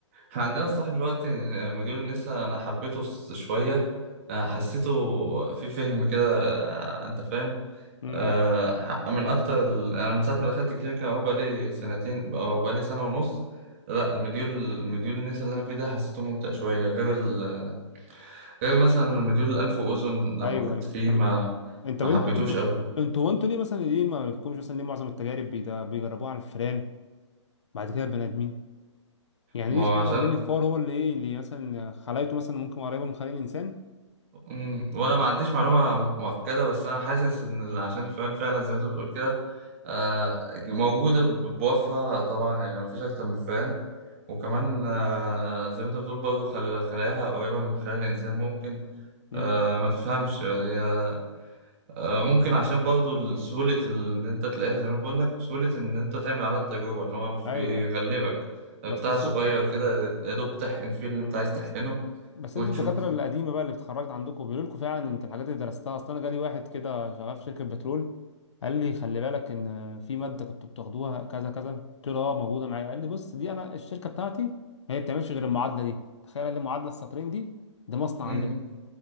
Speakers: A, on the right; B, on the left.
A: احنا عندنا الصح دلوقتي آه، مديول النسا انا حبيته س- شويه آه، حسيته في فهم كده آه، انت فاهم
B: امم
A: آه، حق من اكتر ال- انا من ساعه ما دخلت كلينيكا اهو بقالي سنتين او بقالي سنه ونص لا المديول المديول النسا اللي انا فيه ده حسيته ممتع شويه غير ال... غير مثلا مديول الانف واذن لما
B: ايوه
A: كنت
B: ايوه
A: فيه
B: طب
A: ما
B: انت
A: ما
B: انتوا
A: حبيتوش
B: انتوا
A: قوي
B: انتوا وانتوا ليه مثلا ليه ما لكمش مثلا ليه معظم التجارب بيدا- بيجربوها على الفئران بعد كده البني ادمين يعني
A: ما
B: ليه
A: هو
B: اشمعنى
A: عشان
B: واخدين الفار هو اللي ايه اللي مثلا خلايته مثلا ممكن قريبه من خلايا الانسان
A: مم. وانا ما عنديش معلومه مؤكده بس انا حاسس ان عشان الفئران فعلا زي ما انت بتقول كده آه، موجوده ب- بوفرة طبعا يعني ما فيش اكتر من الفئران وكمان آه، زي ما انت بتقول برضه خل- خلاياها قريبه من خلايا الانسان ممكن
B: امم
A: آه، ما تفهمش هي آه، ممكن عشان برضه سهوله اللي انت تلاقيها زي ما انا بقول لك وسهوله ان انت تعمل عليها التجربه ان هو مش
B: ايوه
A: بيغلبك
B: ايوه
A: بتاع
B: بس بس
A: صغير
B: انت
A: كده يا دوب تحقن فيه اللي انت
B: مم.
A: عايز
B: بس
A: تحقنه
B: بس
A: وتشوف
B: انتوا الدكاتره القديمه بقى اللي اتخرجت عندكم بيقولوا لكم فعلا انت الحاجات اللي درستها اصل انا جالي واحد كده شغال في شركه بترول قال لي خلي بالك ان في ماده كنتوا بتاخدوها كذا كذا قلت له اه موجوده معايا قال لي بص دي انا الشركه بتاعتي هي ما بتعملش غير المعادله دي تخيل قال لي معادله السطرين دي ده مصنع
A: مم.
B: عندنا